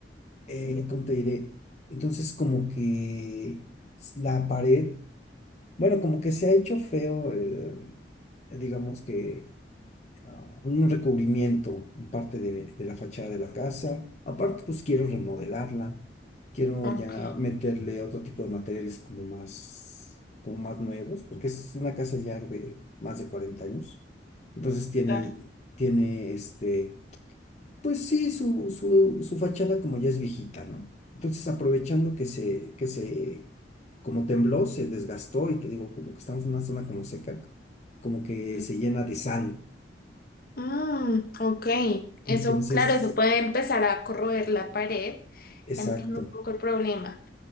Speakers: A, on the left (about 40°); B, on the left (about 55°).
A: eh, ¿cómo te diré? Entonces como que s- la pared, bueno, como que se ha hecho feo, eh, digamos que ah, un recubrimiento en parte de, de la fachada de la casa. Aparte, pues quiero remodelarla, quiero
B: Ok,
A: ya meterle otro tipo de materiales como más, como más nuevos, porque es una casa ya de más de 40 años. Entonces tiene,
B: Claro,
A: tiene este, pues sí, su, su, su fachada como ya es viejita, ¿no? Entonces aprovechando que se, que se, como tembló, se desgastó y te digo, como que estamos en una zona como seca, como que
B: claro.
A: se llena de sal.
B: Mm, ok, eso,
A: Entonces,
B: claro, eso puede empezar a corroer la pared,
A: exacto.
B: entiendo un poco el problema.